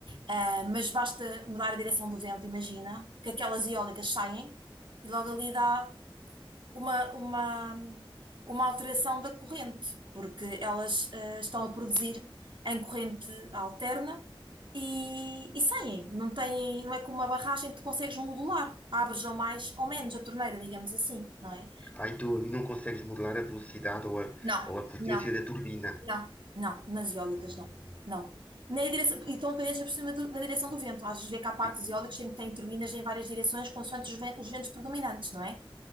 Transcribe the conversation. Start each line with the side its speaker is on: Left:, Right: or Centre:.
Right: Ah, mas basta mudar a direção do vento, imagina, que aquelas eólicas saem e logo ali dá uma, uma, uma alteração da corrente, porque elas eh, estão a produzir em corrente alterna e, e saem. Não têm, não é como uma barragem que tu consegues modular, abres ou mais ou menos a torneira, digamos assim, não é?
Left: Ai, tu ali não consegues modelar a velocidade ou a,
Right: Não,
Left: ou a potência
Right: não,
Left: da turbina.
Right: não, não, nas eólicas
Left: Hum.
Right: não, não. Na direção, e estão dependentes por cima do- da direção do vento. Às vezes vê que há parques
Left: E,
Right: eólicos
Left: e,
Right: em que têm turbinas em várias direções, consoante os ven- os ventos predominantes, não é?